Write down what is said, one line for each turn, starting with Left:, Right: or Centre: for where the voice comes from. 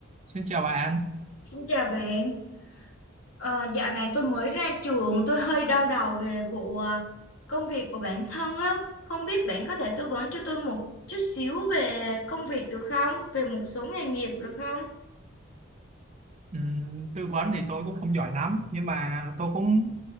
Right: Xin chào bạn.
Left: Xin chào bạn. Ờ, dạo này tôi mới ra trường, tôi hơi đau đầu về vụ ờ, công việc của bản thân á. Không biết bạn có thể tư vấn cho tôi một chút xíu về công việc được không? Về một số nghề nghiệp được không?
Right: Ừm, tư vấn thì tôi cũng không giỏi lắm nhưng mà tôi cũng